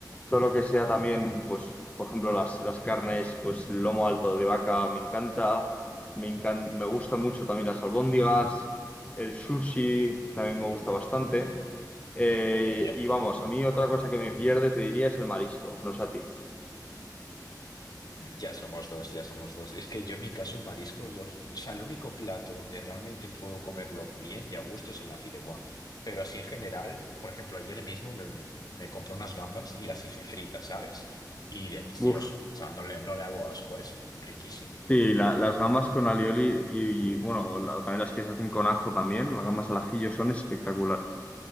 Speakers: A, on the left; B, on the left.
A: todo lo que sea también, pues, por ejemplo, las, las carnes, pues, lomo alto de vaca me encanta, me encan- me gustan mucho también las albóndigas, el sushi también me gusta bastante. Eh,
B: Ya.
A: y vamos, a mí otra cosa que me pierde, te diría, es el marisco, no sé a ti.
B: Ya somos dos, ya somos dos. Es que yo en mi caso el marisco, yo- o sea, el único plato donde realmente puedo comerlo bien y a gusto es en la fideuá. Pero así en general, por ejemplo, ayer mismo me, me compré unas gambas y las hice fritas, ¿sabes? Y delicioso.
A: Uf,
B: O sea, no le, no le hago asco a eso, riquísimo.
A: sí, la- las gambas con alioli y, y, bueno, la- también las que se hacen con ajo también, las gambas al ajillo son espectaculares.